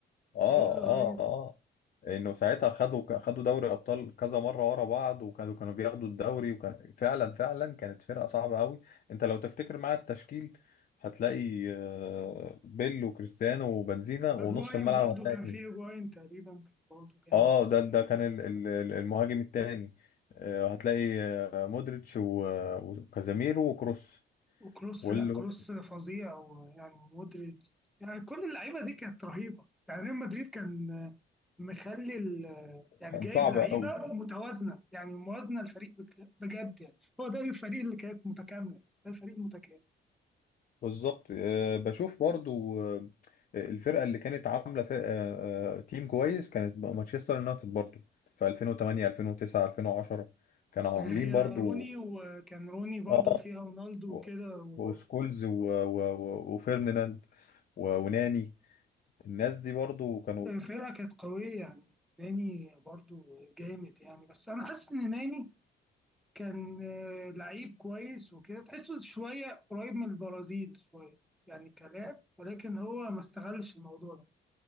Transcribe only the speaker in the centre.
دي اللي رهيبه
هجواين
برضو
كان في هجواين تقريبا كان برضو جامد
وكروس
لا كروس فظيع ويعني مودريتش يعني كل اللعيبه دي كانت رهيبه يعني ريال مدريد كان مخلي ال- يعني
جايب
لعيبه
متوازنه يعني موازنه الفريق بك- بجد يعني هو ده الفريق اللي كانت متكامله ده الفريق المتكامل
اللي
هي
روني وكان روني برضو
فيها رونالدو
وكده و-
فرقه كانت قويه يعني ناني برضو جامد يعني بس انا حاسس ان ناني كان آه، لعيب كويس وكده تحسه شوية قريب من البرازيل شوية يعني كلام ولكن هو ما استغلش الموضوع ده